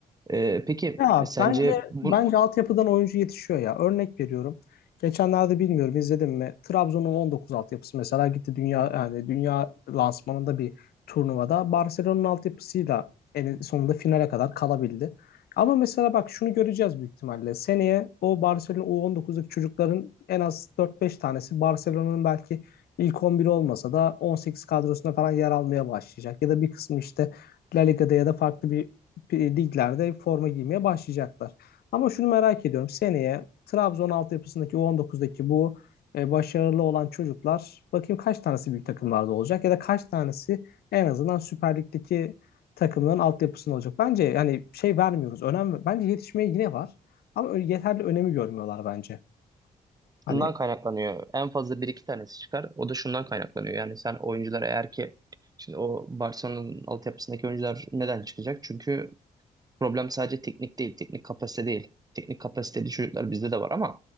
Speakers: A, on the right; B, on the left.
A: E, peki
B: Ya
A: e, sence
B: bence
A: bu,
B: bence altyapıdan oyuncu yetişiyor ya. Örnek veriyorum. Geçenlerde bilmiyorum izledim mi? Trabzon'un 19 altyapısı mesela gitti dünya yani dünya lansmanında bir turnuvada Barcelona'nın altyapısıyla en sonunda finale kadar kalabildi. Ama mesela bak şunu göreceğiz büyük ihtimalle. Seneye o Barcelona U19'daki çocukların en az dört beş tanesi Barcelona'nın belki ilk on biri olmasa da 18 kadrosuna falan yer almaya başlayacak. Ya da bir kısmı işte La Liga'da ya da farklı bir liglerde forma giymeye başlayacaklar. Ama şunu merak ediyorum. Seneye Trabzon altyapısındaki U19'daki bu e, başarılı olan çocuklar bakayım kaç tanesi büyük takımlarda olacak ya da kaç tanesi en azından Süper Lig'deki takımların altyapısında olacak. Bence hani şey vermiyoruz. Önem bence yetişmeye yine var. Ama yeterli önemi görmüyorlar bence. Hani
A: şundan kaynaklanıyor. En fazla bir iki tanesi çıkar. O da şundan kaynaklanıyor. Yani sen oyuncular eğer ki şimdi o Barcelona'nın altyapısındaki oyuncular neden çıkacak? Çünkü Problem sadece teknik değil, teknik kapasite değil. Teknik kapasiteli çocuklar bizde de var ama